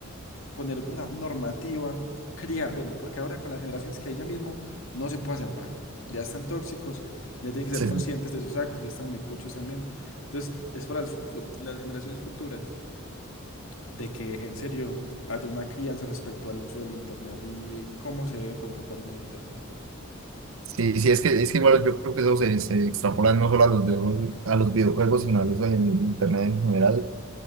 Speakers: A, on the left; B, on the right.
A: poner una normativa, criar, bueno, porque ahora con las generaciones que hay ya mismo no se puede hacer nada. Ya están tóxicos, ya tienen que ser
B: Sí,
A: conscientes de sus actos, ya están muy cuchos también. Entonces, es para las, fu- las generaciones futuras de que en serio haya una crianza respecto al uso del Internet y cómo se debe comportar en el Internet.
B: sí, sí, es que, es que igual yo creo que eso se, se extrapola no solo a los videojuegos, a los videojuegos, sino a eso en internet en general